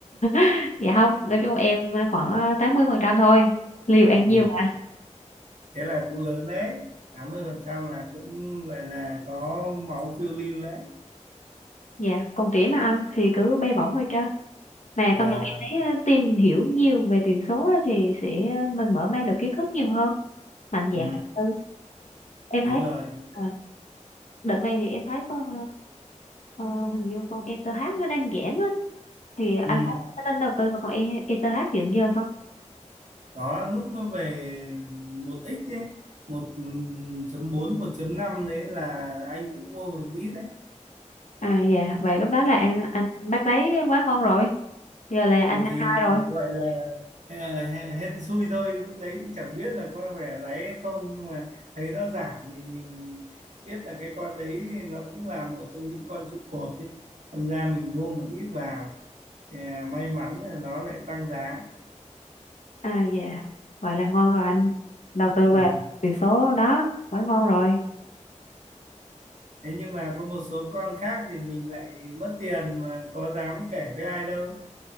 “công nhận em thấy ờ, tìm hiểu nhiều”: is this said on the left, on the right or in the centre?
Left